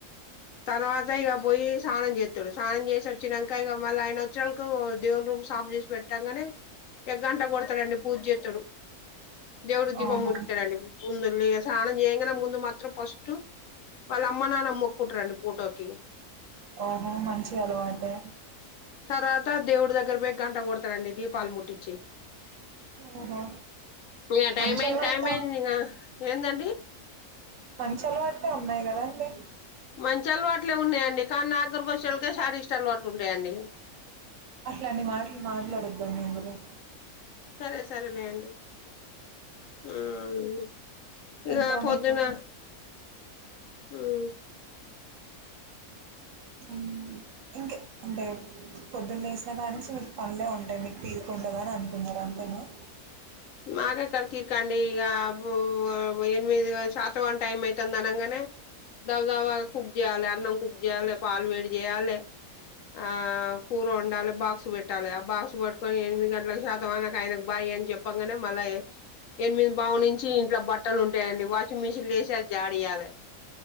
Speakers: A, on the left; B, on the right.
A: తర్వాత ఇక పోయి స్నానం చేత్తడు స్నానం చేసి వచ్చినాంక ఇక మల్లా అయన వచ్చేలకు దేవుని రూ సాఫ చేసి పెట్టంగానే ఎ గంట కొడతాడండి పూజెత్తాడు దేవుడికి దీపం
B: అవునా
A: ముట్టిత్తాడండి ముందు సానం చేయంగానే ముందు మాత్రం ఫస్ట్ వాళ్ళ అమ్మ నాన్న మొక్కుంటారండి ఫోటోకి
B: అవునా మంచి అలవాటే
A: తర్వాత దేవుడి దగ్గర పోయి గంట కొడతాడండి దీపాలు ముట్టిచ్చి
B: ఓహో
A: ఇంగా
B: మంచి
A: టైమైంద్
B: అలవాట్లే
A: టైమైంది ఇంగా ఏందండి
B: మంచి అలవాట్లే ఉన్నాయి కదండి
A: మంచి అలవాట్లే ఉన్నాయండి కానీ నాగ్గరకి వచ్చేళ్కే శాడిస్ట్ అలవాట్లు ఉంటాయండి
B: అట్లాంటి మాట్లు మాట్లాడొద్దు <unintelligible> అందులో
A: సరే సరేలేండి హ్మ్ ఇగా
B: ఇంకా
A: పొద్దున
B: మీకు
A: హ్మ్
B: హ్మ్ ఇంక అంటే పొద్దున్న లేసిన కానీంచి పనులే ఉంటాయ్ మీకు తీరిక ఉండదా అని అంటున్నారు అం మన
A: మాగా కర్ కిక్ అండి ఈ ఎనిమిది శాత వన్ టైమ్ అయితుందనంగానే దవదవా కుక్ చేయాలే అన్నం కుక్ చేయాలే పాలు వేడి చేయాలే ఆ కూర వొండాలే బాక్స్ పెట్టాలి ఆ బాక్స్ పట్టుకొని ఎనిమిది గంటలకు శాతం అన ఆయన బాయ్ అని చెప్ప పంగనే మల్ల ఏ ఎనిమిది బావు నుంచి ఇంట్లో బ బట్టలు ఉంటాయండి వాషింగ్ మిషన్ చేసి అది జాడయాలే